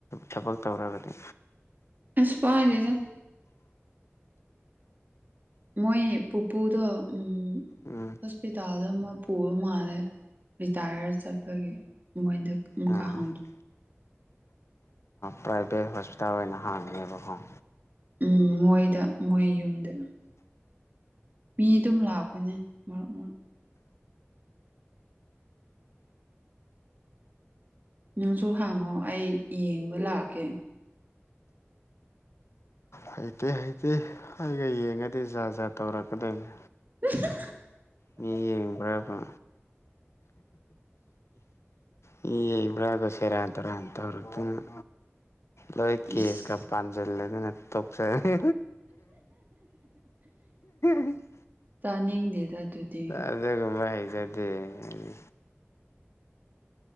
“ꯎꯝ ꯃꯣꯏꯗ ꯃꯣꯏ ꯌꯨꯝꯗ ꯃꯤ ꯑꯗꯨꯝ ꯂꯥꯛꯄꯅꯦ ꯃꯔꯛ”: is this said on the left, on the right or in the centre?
Right